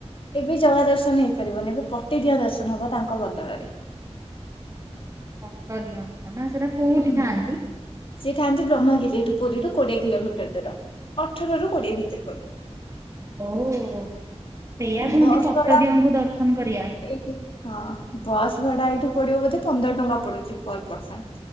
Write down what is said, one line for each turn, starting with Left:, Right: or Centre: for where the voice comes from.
Left: ଏବେ ଜଗା ଦର୍ଶନ ହେଇପାରିବନି ଏବେ ପଟିଦିଅଁ ଦର୍ଶନ ହବ ତାଙ୍କ ବଦଳରେ।
Right: ପଟ ଦିଅଙ୍କ ନା ସେଟା କୋଉଠି
Left: ହୁଁ।
Right: ଥାଆନ୍ତି?
Left: ସିଏ ଥାନ୍ତି ବ୍ରହ୍ମଗିରି ଏଠୁ ପୁରୀରୁୁ କୋଡିଏ କିଲୋମିଟର ଦୂର ଅଠର ରୁ କୋଡିଏ ଭିତରେ ପଡିବ।
Right: ଓ ସେଇଆ କୁହନ୍ତି
Left: ବସ୍
Right: ପଟଦିଅଙ୍କୁ
Left: ଭଡା
Right: ଦର୍ଶନ କରିବା।
Left: ଏଇଠୁ ହଁ ବସ୍ ଭଡା ଏଇଠୁ ପଡିବ ବୋଧେ ପନ୍ଦର ଟଙ୍କା ପଡୁଛି ପର୍ ପର୍ସନ୍।